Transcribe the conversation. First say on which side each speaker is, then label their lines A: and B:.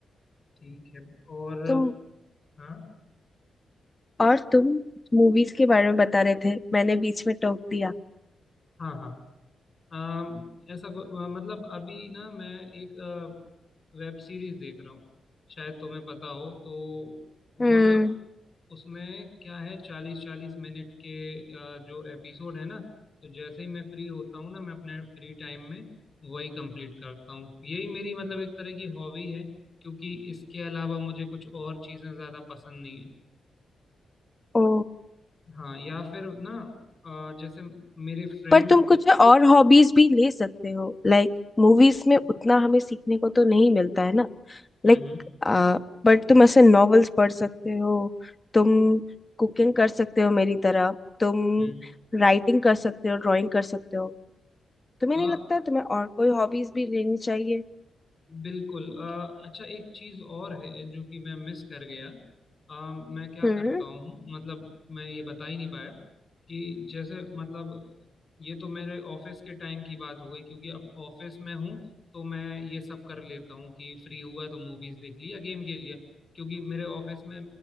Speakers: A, on the left (about 45°); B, on the left (about 25°).
A: ठीक है और
B: तुम
A: हाँ
B: और तुम मूवीज के बारे में बता रहे थे मैंने बीच में टोक दिया
A: हाँ हाँ अम, ऐसा को- अ, मतलब अभी ना मैं एक वेब सीरीज देख रहा हूँ शायद तुम्हें पता हो तो
B: हम्म
A: वो ना उसमें क्या है चालीस चालीस मिनट के अ, जो एपिसोड है ना तो जैसे ही मैं फ्री होता हूँ ना मैं अपने फ्री टाइम में वही कंप्लीट करता हूँ यही मेरी मतलब एक तरह की हॉबी है क्योंकि इसके अलावा मुझे कुछ और चीज़ें ज़्यादा पसंद नहीं है
B: ओ
A: हाँ या फिर ना अ, जैसे मेरे फ्रेंड्स
B: पर तुम कुछ और हॉबीज भी ले सकते हो लाइक मूवीज में उतना हमें सीखने को तो नहीं मिलता है ना
A: हम्म
B: लाइक बट तुम ऐसे नॉवेल्स पढ़ सकते हो तुम कुकिंग कर सकते हो मेरी तरह तुम
A: हम्म
B: राइटिंग कर सकते हो ड्राइंग कर सकते हो तुम्हें
A: हम्म।
B: नहीं लगता तुम्हें और कोई हॉबीज भी लेनी चाहिए
A: बिल्कुल अ, अच्छा एक चीज और है जो कि मैं मिस कर गया अ, मैं क्या
B: हम्म
A: करता हूँ मतलब मैं ये बता ही नहीं पाया कि जैसे मतलब ये तो मेरे ऑफिस के टाइम की बात हो गई क्योंकि अब ऑफिस में हूँ तो मैं ये सब कर लेता हूँ कि फ्री हुआ तो मूवीज देख ली या गेम खेल लिया क्योंकि मेरे ऑफिस में